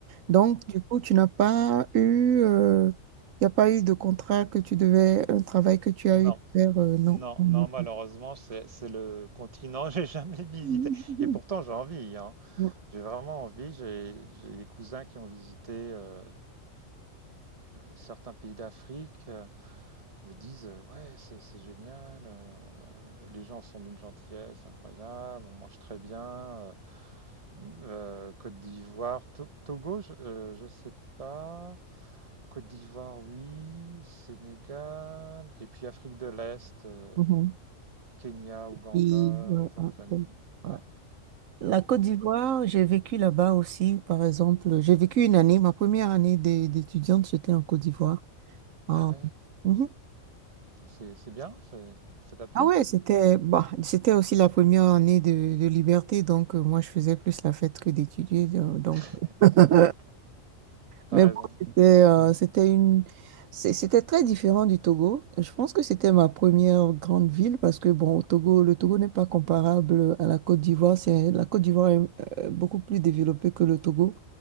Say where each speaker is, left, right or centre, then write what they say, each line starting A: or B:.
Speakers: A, on the right; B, on the right.
A: Donc, du coup, tu n'as pas eu, il n'y a pas eu de contrat que tu devais, un travail que tu as
B: Non,
A: eu à faire, euh, non.
B: Non,
A: en
B: non,
A: Afrique.
B: malheureusement, c'est c'est le continent que j'ai jamais visité.
A: <laughs>
B: Et pourtant, j'ai envie, hein.
A: Non.
B: J'ai vraiment envie. J'ai j'ai des cousins qui ont visité euh, certains pays d'Afrique, euh, me disent euh, ouais, c'est c'est génial. euh, les gens sont d'une gentillesse incroyable. On mange très bien. euh, euh, Côte d'Ivoire, To- Togo, je, euh, je sais pas. Côte d'Ivoire, oui. Sénégal. Et puis Afrique de l'Est. euh,
A: Mhm.
B: Kenya, Ouganda,
A: Puis, ouais,
B: Tanzanie.
A: ah, ok. Ouais.
B: Ouais.
A: La Côte d'Ivoire, j'ai vécu là-bas aussi, par exemple. J'ai vécu une année, ma première année d'é- d'étudiante, j'étais en Côte d'Ivoire. Ah,
B: Ah ouais,
A: mhm.
B: c'est c'est bien, c'est ça t'a plu?
A: Ah ouais, c'était bah, c'était aussi la première année de, de liberté, donc euh, moi je faisais plus la fête que d'étudier. euh, Donc,
B: <laughs>
A: <laughs>
B: D'accord, t'as
A: mais
B: raison.
A: bon, c'était euh, c'était une c'est- c'était très différent du Togo. Je pense que c'était ma première grande ville parce que bon, au Togo, le Togo n'est pas comparable à la Côte d'Ivoire. C'est la Côte d'Ivoire est euh, beaucoup plus développée que le Togo.